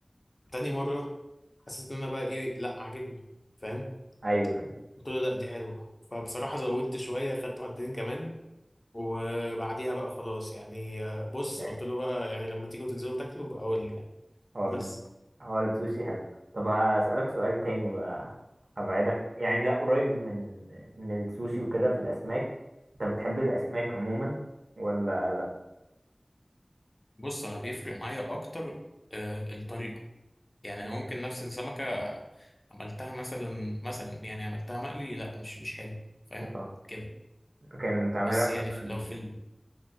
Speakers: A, on the left; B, on the right.
A: تاني مرة حسيت ان انا بقى ايه لا عاجبني فاهم
B: ايوه ايوه
A: قلت له لا دي حلوة فبصراحة زودت شوية خدت واحدتين كمان وبعديها بقى خلاص يعني آه، بص
B: <laughs>
A: قلت له بقى يعني لما تيجوا تنزلوا تاكلوا بقى قول لي يعني
B: هو
A: بس
B: هو السوشي حلو طب هسألك سؤال تاني بقى هبعدك يعني لا قريب من من السوشي وكده في الأسماك أنت بتحب الأسماك عموما ولا لا؟
A: بص انا بيفرق معايا اكتر آه، الطريقة يعني
B: مم.
A: انا ممكن نفس السمكه عملتها مثلا مثلا يعني عملتها مقلي لا مش مش حلو فاهم
B: اه
A: كده
B: لكن تعملها
A: بس
B: مثلا
A: يعني في لو في ال...